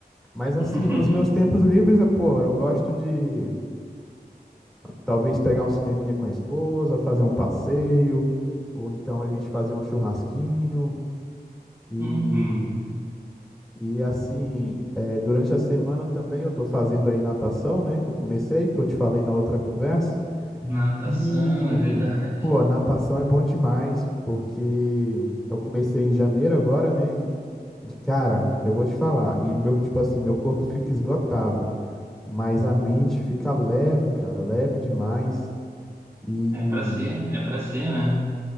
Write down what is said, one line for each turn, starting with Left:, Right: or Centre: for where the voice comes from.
Centre: Mas
Right: <laughs>
Centre: assim, nos meus tempos livres, eu, pô, eu gosto de talvez pegar um cineminha com a esposa, fazer um passeio, ou então a gente fazer um churrasquinho E
Right: Uhum.
Centre: E assim, eh, durante a semana também eu estou fazendo aí natação, né? Que eu comecei, que eu te falei na outra conversa.
Right: Natação,
Centre: E,
Right: é verdade.
Centre: pô, natação é bom demais, porque eu comecei em janeiro agora, né? E, e, cara, eu vou te falar. E meu, tipo assim, meu corpo fica esgotado, mas a mente fica leve, cara, leve demais. E
Right: É para ser, é para ser, né?